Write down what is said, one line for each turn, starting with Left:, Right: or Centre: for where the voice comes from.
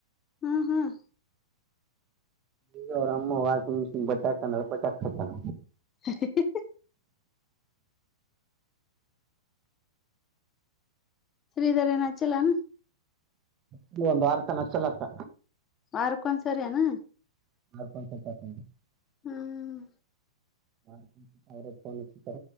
Left: ಹ್ಮ್ ಹ್ಮ್
Right: ಈಗ ಅವ್ರ ಅಮ್ಮ ವಾಷಿಂಗ್ ಮಿಷಿನ್ ಬಟಾಕನ ಬಟಾಕ್ ಹತಾನ
Left: <unintelligible> ಶ್ರೀಧರನ ಹಚಲಾನ
Right: ಇಲ್ಲಿ ಒಂದ್ ವಾರ ತನ ಹಚ್ಚಲತ್ತ
Left: ವರರ್ಕ್ಕೊಂದ ಸರಿ ನ
Right: <unintelligible>
Left: ಹ್ಮ್
Right: ಹಾಕ ಅವರಫೋನ್ ತರ